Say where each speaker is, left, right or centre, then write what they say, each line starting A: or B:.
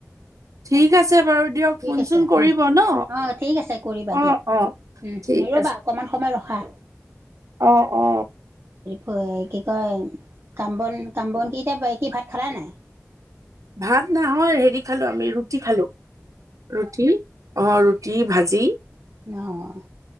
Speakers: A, on the right; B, on the right.
A: ঠিক আছে বাৰু দিয়ক
B: ঠিক
A: ফোন
B: আছে
A: চোন কৰিব
B: অ'
A: ন
B: অ' ঠিক আছে কৰিবা দিয়া
A: অ অ।
B: উম
A: ঠিক
B: ৰ'বা
A: আছে।
B: অকমান সময় ৰখা।
A: অ অ।
B: হ কি কয় কাম বন কাম বন কি এতিয়া কি ভাত খালা নাই?
A: ভাত নহয় হেৰি খালো আমি ৰুটি খালো ৰুটি। অ ৰুটি ভাজি
B: নহ